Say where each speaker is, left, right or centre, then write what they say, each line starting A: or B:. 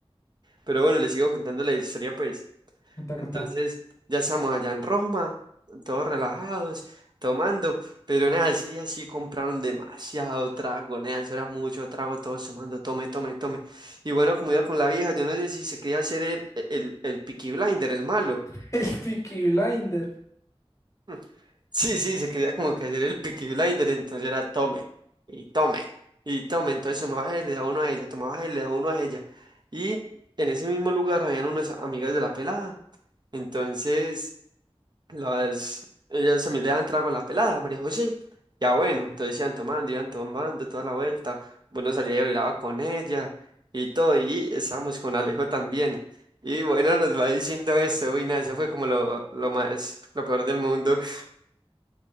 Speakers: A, on the right (about 45°); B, on the left (about 30°).
A: Pero bueno, les sigo contando la historia, pues.
B: Contá,
A: Entonces,
B: contá.
A: ya estamos allá en Roma, todos relajados, tomando, pero nada, ese día sí compraron demasiado trago, nada, eso era mucho trago, todos tomando, tome, tome, tome. Y bueno, como iba con la vieja, yo no sé si se quería hacer el, el, el Peaky Blinder, el malo.
B: <laughs> El Peaky Blinder.
A: Hmm. Sí, sí, se quería como que hacer el Peaky Blinder, entonces era tome, y tome, y tome, entonces tomaba él, le daba uno a ella, tomaba él, le daba uno a ella. Y en ese mismo lugar habían unas amigas de la pelada, entonces... Las, ellas se me le daban trago a la pelada, María José. Ya bueno, entonces iban tomando, iban tomando toda la vuelta. Bueno, salía y bailaba con ella y todo. Y estábamos con Alejo también. Y bueno, nos va diciendo esto. Uy, nada, eso fue como lo, lo más, lo peor del mundo. <laughs>